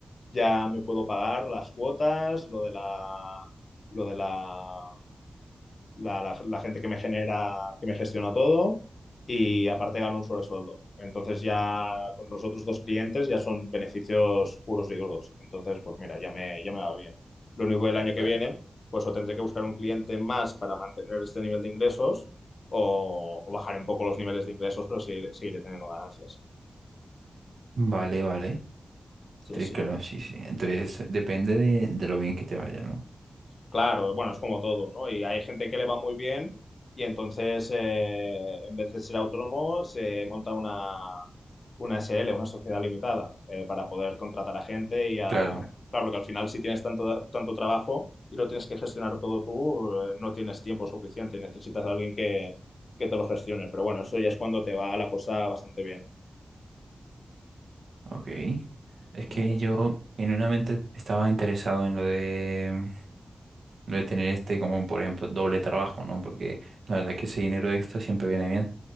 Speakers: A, on the left (about 50°); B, on the right (about 80°).
A: ya me puedo pagar las cuotas, lo de la, lo de la la, la- la gente que me genera, que me gestiona todo y aparte gano un sobresueldo. Entonces ya con los otros dos clientes ya son beneficios puros y duros. Entonces, pues mira, ya me, ya me va bien. Lo único que el año que
B: Ah,
A: viene, pues o tendré que buscar un cliente más para mantener este nivel de ingresos o, o bajaré un poco los niveles de ingresos, pero seguiré, seguiré teniendo ganancias.
B: Vale, vale.
A: Sí,
B: Sí,
A: sí.
B: claro, sí, sí. Entonces, depende de, de lo bien que te vaya, ¿no?
A: Claro, bueno, es como todo, ¿no? Y hay gente que le va muy bien y entonces, eh, en vez de ser autónomo, se monta una, una SL, una sociedad limitada, eh, para poder contratar a gente y a...
B: Claro.
A: Claro, porque al final si tienes tanto, tanto trabajo y lo tienes que gestionar todo tú, eh, no tienes tiempo suficiente y necesitas a alguien que, que te lo gestione. Pero bueno, eso ya es cuando te va la cosa bastante bien.
B: Ok. Es
A: Vale,
B: que
A: pues
B: yo genuinamente estaba interesado en lo de, lo de tener este como, por ejemplo, doble trabajo, ¿no? Porque la verdad que ese dinero extra siempre viene bien.